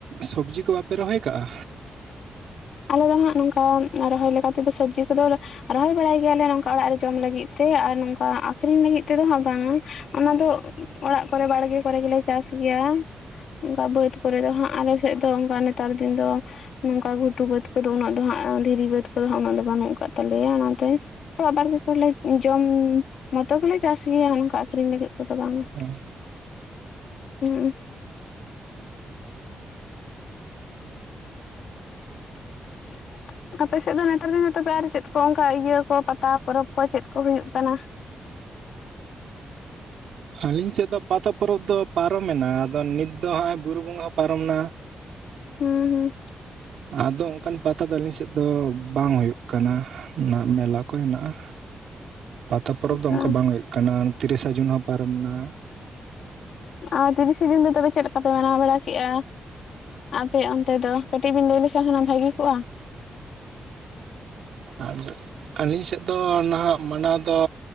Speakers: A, on the right (about 85°); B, on the left (about 85°).
A: ᱥᱚᱵᱽᱡᱤ ᱠᱚ ᱵᱟᱯᱮ ᱨᱚᱦᱚᱭ ᱠᱟᱜᱼᱟ᱾
B: ᱟᱞᱮ ᱫᱚ ᱦᱟᱸᱜ ᱱᱚᱝᱠᱟ ᱨᱚᱦᱚᱭ ᱞᱮᱠᱟ ᱛᱮ ᱫᱚ ᱥᱚᱵᱽᱡᱤ ᱠᱚ ᱫᱚ ᱨᱚᱦᱚᱭ ᱵᱟᱲᱟᱭ ᱜᱮᱭᱟ ᱞᱮ ᱱᱚᱝ ᱠᱟ ᱚᱲᱟᱜ ᱨᱮ ᱡᱚᱢ ᱞᱟᱹᱜᱤᱫ ᱛᱮ ᱟᱨ ᱱᱚᱝ ᱠᱟ ᱟᱠᱷᱨᱤᱧ ᱞᱟᱹᱜᱤᱫ ᱛᱮ ᱫᱚ ᱦᱟᱸᱜ ᱵᱟᱝᱟ᱾ ᱚᱱᱟ ᱫᱚ ᱚᱲᱟᱜ ᱠᱚᱨᱮ ᱵᱟᱲᱜᱮ ᱠᱚᱨᱮ ᱜᱮᱞᱮ ᱪᱟᱥ ᱜᱮᱭᱟ᱾ ᱚᱱᱠᱟ ᱵᱟᱹᱫᱽ ᱠᱚᱨᱮ ᱫᱚ ᱦᱟᱸᱜ ᱟᱞᱮ ᱥᱮᱫ ᱫᱚ ᱚᱱᱠᱟ ᱱᱮᱛᱟᱨ ᱫᱤᱱ ᱫᱚ ᱱᱚᱝ ᱠᱟ ᱜᱷᱩᱴᱩ ᱵᱟᱹᱫᱽ ᱠᱚ ᱫᱚ ᱩᱱᱟᱹᱜ ᱫᱚ ᱦᱟᱸᱜ ᱫᱷᱤᱨᱤ ᱵᱟᱹᱫᱽ ᱠᱚ ᱫᱚᱜ ᱩᱱᱟᱹᱜ ᱫᱚ ᱵᱟᱹᱱᱩᱜ ᱠᱟᱜ ᱛᱟᱞᱮ ᱭᱟ ᱚᱱᱟ ᱛᱮ ᱟᱵᱟᱨ ᱵᱮᱯᱚᱨ ᱞᱮ ᱡᱚᱢ ᱢᱚᱛᱚ ᱜᱮᱞᱮ ᱪᱟᱥ ᱜᱮᱭᱟ ᱱᱚᱝ ᱠᱟ ᱟᱠᱷᱨᱤᱧ ᱞᱟᱹᱜᱤᱫ ᱠᱚ ᱫᱚ ᱵᱟᱝ-ᱟ᱾
A: <unintelligible>
B: ᱦᱩᱸ <inaudible> ᱟᱯᱮ ᱥᱮᱫ ᱫᱚ ᱱᱮᱛᱟᱨ ᱫᱤᱱ ᱫᱚ ᱛᱚᱵᱮ ᱟᱨ ᱪᱮᱫ ᱠᱚ ᱚᱱᱠᱟ ᱤᱭᱟᱹ ᱠᱚ ᱯᱟᱛᱟ ᱯᱚᱨᱚᱵᱽ ᱠᱚ ᱪᱮᱫ ᱠᱚ ᱦᱩᱭᱩᱜ ᱠᱟᱱᱟ᱾
A: ᱟᱹᱞᱤᱧ ᱥᱮᱫ ᱫᱚ ᱯᱟᱛᱟ ᱯᱚᱨᱚᱵᱽ ᱫᱚ ᱯᱟᱨᱚᱢᱮᱱᱟ ᱟᱫᱚ ᱱᱤᱛ ᱫᱚ ᱦᱜᱼᱚᱭ ᱵᱩᱨᱩ ᱵᱚᱸᱜᱟ ᱦᱚᱸ ᱯᱟᱨᱚᱢᱮᱱᱟ
B: ᱦᱩᱸ ᱦᱩᱸ
A: ᱟᱫᱚ ᱚᱱ ᱠᱟᱱ ᱯᱟᱛᱟ ᱫᱚ ᱟᱹᱞᱤᱧ ᱥᱮᱫ ᱫᱚ ᱵᱟᱝ ᱦᱳᱭᱳᱜ ᱠᱟᱱᱟ ᱚᱱᱟ ᱢᱮᱞᱟ ᱠᱚ ᱦᱮᱱᱟᱜᱼᱟ᱾
B: <unintelligible>
A: ᱯᱟᱛᱟ ᱯᱚᱨᱚᱵᱽ ᱫᱚ
B: ᱦᱩᱸ
A: ᱚᱱᱠᱟ ᱵᱟᱝ ᱦᱩᱭᱩᱜ ᱠᱟᱱᱟ ᱛᱤᱨᱤ ᱥᱟ ᱡᱩᱱ ᱦᱚᱸ ᱯᱟᱨᱚᱢ ᱮᱱᱟ᱾
B: ᱟᱨ ᱛᱤᱨᱤ ᱥᱮ ᱡᱩᱱ ᱫᱚ ᱛᱚᱵᱮ ᱪᱮᱫ ᱞᱮᱠᱟ ᱯᱮ ᱢᱟᱱᱟᱣ ᱵᱟᱲᱟ ᱠᱮᱫᱮᱜᱼᱟ, ᱟᱯᱮ ᱚᱱᱛᱮ ᱫᱚ ᱠᱟᱹᱴᱤᱡ ᱵᱤᱱ ᱞᱟᱹᱭ ᱞᱮᱠᱷᱟᱱ ᱦᱩᱱᱟᱝ ᱵᱷᱟᱹᱜᱤ ᱠᱚᱜᱼᱟ᱾
A: ᱟᱨ ᱟᱹᱞᱤᱧ ᱥᱮᱫ ᱫᱚ ᱱᱟᱦᱟᱜ ᱢᱟᱱᱟᱣ ᱫᱚ